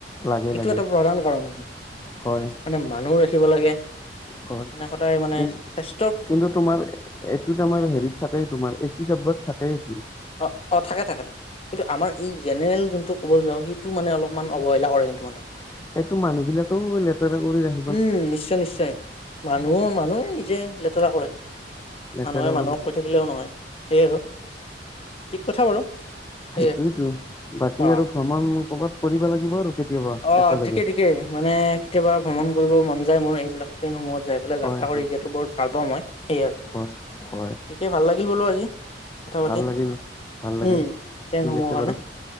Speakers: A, on the left (about 15°); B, on the left (about 35°).
A: লাগে
B: এইটো
A: লাগে
B: এটা প্ৰধান কাৰণ।
A: হয়
B: মানে মানুহ ৰাখিব লাগে
A: হয়
B: মানে সদায় মানে
A: কি
B: স্বাস্থ
A: কিন্তু তোমাৰ এইটো তোমাৰ হেৰিত থাকেই তোমাৰ এচি ডাবত থাকেই এইটো।
B: অঁ অঁ থাকে থাকে থাকে কিন্তু আমাৰ এই জেনেৰেল যোনটো ক'বলৈ যাওঁ সেইটো মানে অলপমান অৱহেলা কৰে কিন্তু মানুহে।
A: সেইটো মানুহ বিলাকেও লেতেৰা কৰি ৰাখে।
B: উম নিশ্চয় নিশ্চয় মানুহ মানুহেই নিজে লেতেৰা কৰে
A: লেতেৰা
B: মানুহে
A: কৰি
B: মানুহক
A: দিয়ে
B: কৈ থাকে থাকিলেও নহয় সেয়ে আৰু ঠিক কথা বাৰু। সেয়ে
A: সেইটোৱেইটো বাকী
B: অ
A: আৰু ভ্ৰমণ কৰবাত কৰিব লাগিব আৰু কেতিয়াবা
B: অ
A: একেলগে
B: ঠিকেই ঠিকে মানে কেতিয়াবা ভ্ৰমণ কৰিব মন যায় মোৰ এইবিলাক ট্ৰেইন সমূহত। যাই পেলাই
A: হয়
B: যাত্ৰা কৰি
A: হয়
B: যিহেতু বৰ ভাল পাওঁ মই সেইয়ে আৰু তেতিয়া
A: হয় হয়
B: ভাল লাগিল বোলো আজি কথা
A: ভাল
B: পাতি
A: লাগিল ভাল লাগিল
B: উম ট্ৰেইনসমূহৰ
A: ঠিক আছে
B: কাৰণে
A: বাৰু